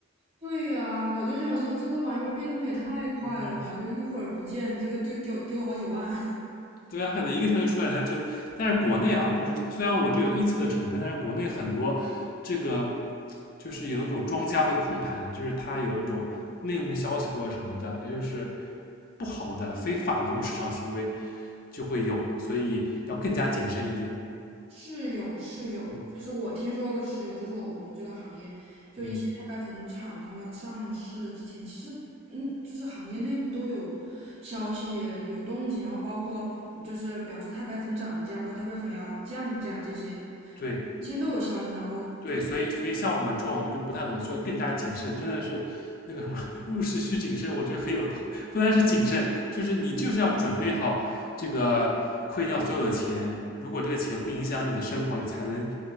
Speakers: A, on the right; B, on the left.
A: 对呀，我就想说这个玩意儿变动也太快了吧，
B: 嗯，
A: 就一会儿不见，这个就丢丢好几万。
B: 对啊，可能一个消息出来，它就，但是国内啊，就是虽然我这有臆测的成分，但是国内很多这个就是有那种庄家会控盘，就是它有那种内幕消息或者什么的，它就是不好的、非法的这种市场行为就会有，所以要更加谨慎一点。
A: 是有是有，
B: 嗯
A: 就是我听说过是有，就是我我们这个行业，就一些太白粉厂，
B: 嗯，
A: 他们上市之前，其实嗯，就是行业内部都有消息有动静，然后包括就是比方说太白粉涨价或者太白粉要降价这些，
B: 对，
A: 以前都有消息，然后就。
B: 对，所以所以像我们这种就是不太懂的，就要更加谨慎，真的是那个什么入市需谨慎，我觉得很有道，不单是谨慎，就是你就是要准备好这个亏掉所有的钱，如果这个钱不影响你的生活，你才能